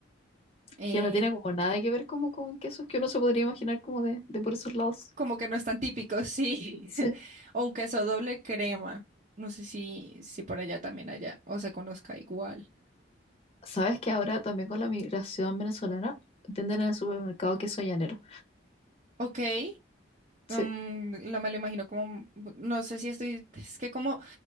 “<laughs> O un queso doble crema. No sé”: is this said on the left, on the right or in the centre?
Right